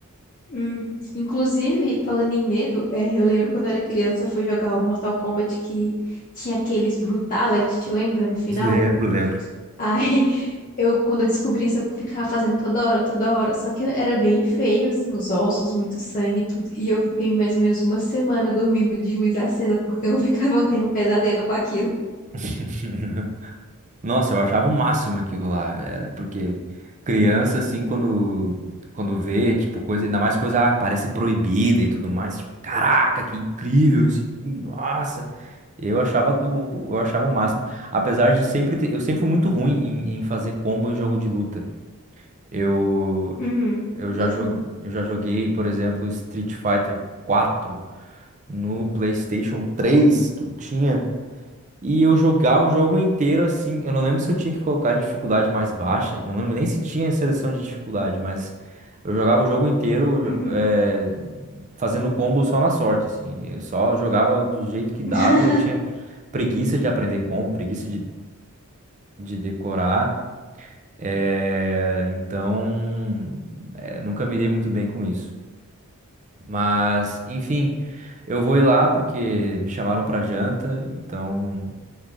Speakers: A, on the left (about 35°); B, on the right (about 35°).
A: Hum. Inclusive, falando em medo, é, eu lembro quando eu era criança, eu fui jogar o Mortal Kombat que tinha aqueles Brutality, lembra, no final?
B: <laughs> Lembro, lembro.
A: Aí, <laughs> eu, quando eu descobri isso, eu ficava fazendo toda hora, toda hora. Só que era bem feio, assim, os ossos, muito sangue e tudo. E eu fiquei mais ou menos uma semana dormindo de luz acesa, porque eu <laughs> ficava tendo pesadelo com aquilo.
B: <laughs> Nossa, eu achava o máximo aquilo lá, era porque criança assim quando quando vê, tipo, coisa, ainda mais coisa que parece proibida e tudo mais, tipo, caraca, que incrível isso aqui, nossa. Eu achava do- eu achava o máximo, apesar de sempre ter, eu sempre fui muito ruim em, em fazer combo em jogo de luta. Eu
A: Uhum,
B: eu já
A: Eu também.
B: joguei, eu já joguei, por exemplo, Street Fighter 4 no PlayStation 3 que eu tinha. E eu jogava o jogo inteiro assim. Eu não lembro se eu tinha que colocar em dificuldade mais baixa. Não lembro nem se tinha seleção de dificuldade, mas eu jogava o jogo inteiro
A: uhum.
B: eh, fazendo combo só na sorte, assim. Eu só jogava do jeito que dava.
A: <laughs>
B: Eu tinha preguiça de aprender combo, preguiça de, de decorar. eh, então, eh, nunca me dei muito bem com isso. Mas, enfim, eu vou ir lá porque me chamaram pra janta. Então,